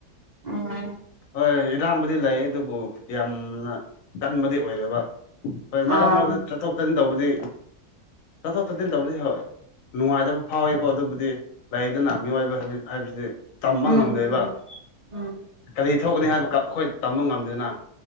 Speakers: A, on the right; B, on the left.
A: ꯎꯝ
B: ꯍꯣꯏ ꯏꯔꯥꯡꯕꯨꯗꯤ ꯂꯩ ꯑꯗꯨꯕꯨ ꯌꯥꯝꯅ ꯀꯟꯕꯗꯤ ꯑꯣꯏꯔꯦꯕ ꯍꯣꯏ ꯃꯔꯛ
A: ꯑꯥ
B: ꯃꯔꯛꯇ
A: ꯎꯝ
B: ꯆꯥꯊꯣꯛ ꯇꯠꯁꯤꯟ ꯇꯧꯕꯗꯤ ꯆꯠꯊꯣꯛ ꯇꯠꯁꯤꯟ ꯇꯧꯕꯗꯤ ꯍ ꯅꯨꯡꯉꯥꯏꯇꯕ ꯐꯥꯎꯋꯤ ꯀꯣ ꯑꯗꯨꯕꯨꯗꯤ ꯂꯩꯗꯅ ꯃꯤꯑꯣꯏꯕ ꯍꯥꯏꯕꯁꯤꯗꯤ ꯇꯝꯕ
A: ꯎꯝ
B: ꯉꯝꯗꯦꯕ
A: ꯎꯝ
B: ꯀꯔꯤ ꯊꯣꯛꯒꯅꯤ ꯍꯥꯏꯕ ꯑꯩꯈꯣꯏ ꯇꯝꯕ ꯉꯝꯗꯦꯗꯅ